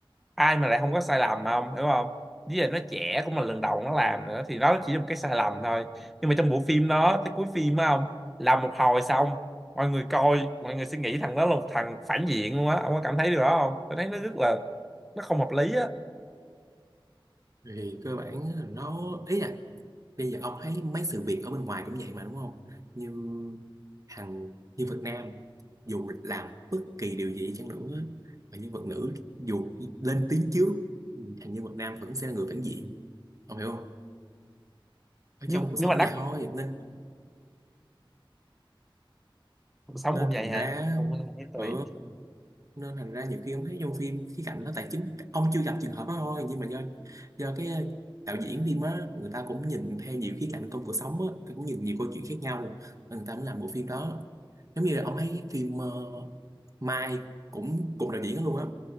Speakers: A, in the centre; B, on the right (about 40°).
A: ai mà lại không có sai lầm mà ông hiểu không với lại nó trẻ cũng là lần đầu nó làm nữa thì nó chỉ là một cái sai lầm thôi nhưng mà trong bộ phim nó tới cuối phim á không làm một hồi xong mọi người coi mọi người suy nghĩ thằng đó là một thằng phản diện luôn á ông có cảm thấy điều đó không tôi thấy nó rất là nó không hợp lý á
B: thì cơ bản là nó ý là bây giờ ông thấy mấy sự việc ở bên ngoài cũng vậy mà đúng không như hàng nhân vật nam dù làm bất kỳ điều gì chăng nữa và nhân vật nữ dù lên tiếng trước thằng nhân vật nam vẫn sẽ là người phản diện ông hiểu không ở
A: nhưng
B: trong cuộc sống
A: nhưng mà đắt
B: vậy thôi nên nên
A: sống cũng vậy
B: thành ra
A: hả cũng thấy tùy
B: ừ, nên thành ra nhiều khi ông thấy trong phim khía cạnh đó tài chính ông chưa gặp trường hợp đó thôi nhưng mà do do cái đạo diễn phim á người ta cũng nhìn theo nhiều khía cạnh trong cuộc sống á cũng nhìn nhiều câu chuyện khác nhau nên người ta mới làm bộ phim đó giống như là ông thấy phim ờ, Mai cũng cùng đạo diễn đó luôn á